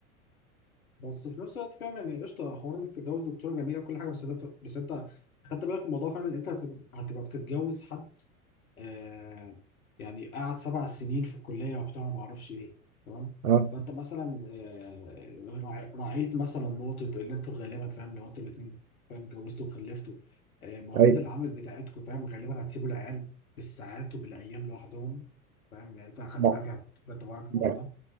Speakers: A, on the left; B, on the right.
A: بس في نفس الوقت فاهم يعني قشطه حوار انك تتجوز دكتوره جميله وكل حاجه بس ده ف- بس انت خدت بالك من الموضوع فاهم ان انت هتب- هتبقى بتتجوز حد آه يعني قعد سبع سنين في الكليه وبتاع ما اعرفش ايه تمام
B: اه
A: فانت مثلا آه راع- راعيت مثلا نقطه اللي انتوا غالبا فاهم لو انتوا الاثنين فاهم اتجوزتوا وخلفتوا آه مواعيد
B: طيب
A: العمل بتاعتكم فاهم غالبا هتسيبوا العيال بالساعات وبالايام لوحدهم فاهم يعني انت خدت
B: ما
A: بالك يعني، خدت بالك من الموضوع
B: ما-